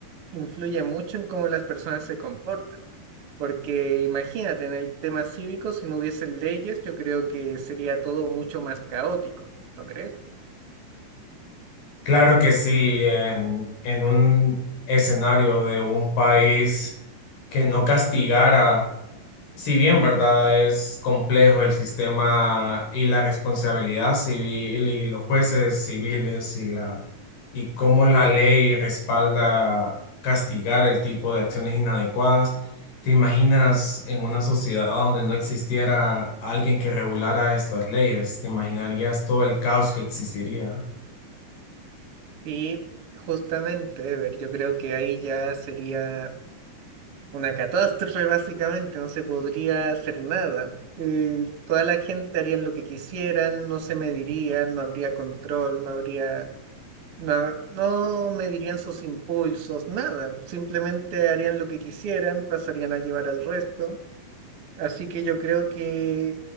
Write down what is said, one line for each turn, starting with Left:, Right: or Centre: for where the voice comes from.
Right: influye mucho en cómo las personas se comportan, porque imagínate, en el tema cívico, si no hubiesen leyes, yo creo que sería todo mucho más caótico, ¿no crees?
Left: Claro que sí, en, en un escenario de un país que no castigara, si bien, ¿verdad? Es complejo el sistema y la responsabilidad civil y los jueces civiles y la y cómo la ley respalda castigar el tipo de acciones inadecuadas. ¿Te imaginas en una sociedad donde no existiera alguien que regulara estas leyes? ¿Te imaginarías todo el caos que existiría?
Right: Sí, justamente, Ever, yo creo que ahí ya sería... Una catástrofe, básicamente, no se podría hacer nada. Eh, toda la gente harían lo que quisieran, no se medirían, no habría control, no habría, no, ha- no medirían sus impulsos, nada. Simplemente harían lo que quisieran, pasarían a llevar al resto. Así que yo creo que,